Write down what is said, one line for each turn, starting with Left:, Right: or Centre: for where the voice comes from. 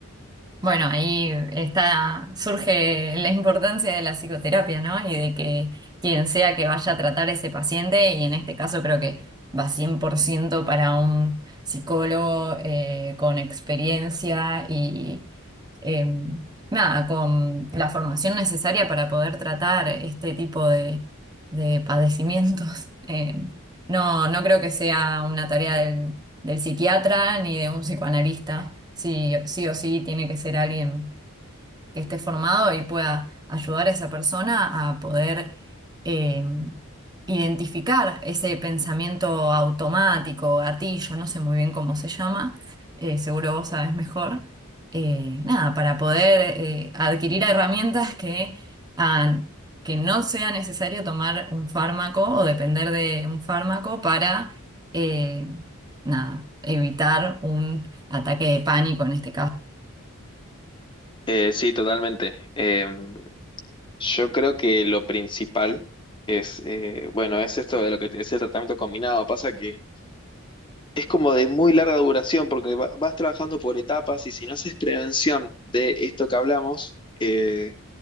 Right: Bueno, ahí está, surge la importancia de la psicoterapia, ¿no? Y de que quien sea que vaya a tratar a ese paciente, y en este caso creo que va 100% para un psicólogo eh, con experiencia y eh, nada, con la formación necesaria para poder tratar este tipo de, de padecimientos. <laughs> Eh, no, no creo que sea una tarea del psiquiatra ni de un psicoanalista. Sí, sí o sí tiene que ser alguien que esté formado y pueda ayudar a esa persona a poder eh, identificar ese pensamiento automático, gatillo, no sé muy bien cómo se llama, eh, seguro vos sabés mejor, eh, nada, para poder eh, adquirir herramientas que hagan que no sea necesario tomar un fármaco o depender de un fármaco para, eh, nada, evitar un ataque de pánico en este caso.
Left: Eh, sí, totalmente. Em, Yo creo que lo principal es, eh, bueno, es esto de lo que te decía el tratamiento combinado. Pasa que es como de muy larga duración porque va- vas trabajando por etapas y si no haces prevención de esto que hablamos, eh,